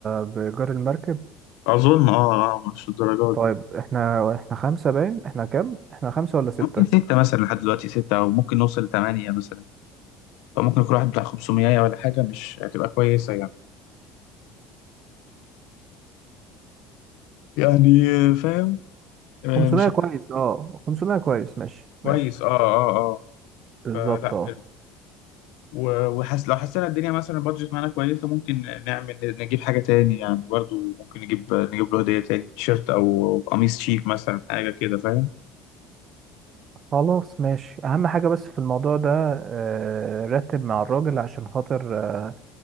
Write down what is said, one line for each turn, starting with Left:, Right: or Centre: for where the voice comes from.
Right: بإيجار المركب
Left: أظن أه أه مش الدرجات
Right: طيب
Left: دي يعني
Right: احنا احنا خمسة باين احنا كام احنا خمسة ولا ستة
Left: ممكن ستة مثلا لحد دلوقتي ستة أو ممكن نوصل لتمانية مثلا فممكن يكون واحد بتاع 500 ولا حاجة مش هتبقى كويسة يعني يعني آه، فاهم آه،
Right: 500
Left: مش
Right: كويس
Left: هتبقى
Right: اه 500 كويس ماشي
Left: كويس
Right: ماشي
Left: اه اه اه
Right: بالظبط
Left: فلا
Right: اه
Left: حلو و- وحس لو حسينا الدنيا مثلا البادجت معانا كويسة ممكن نعمل نجيب حاجة تاني يعني برضو ممكن نجيب نجيب له هدية تاني تيشيرت أو قميص شيك مثلا حاجة كده فاهم
Right: خلاص ماشي اهم حاجة بس في الموضوع ده آه، رتب مع الراجل عشان خاطر آه،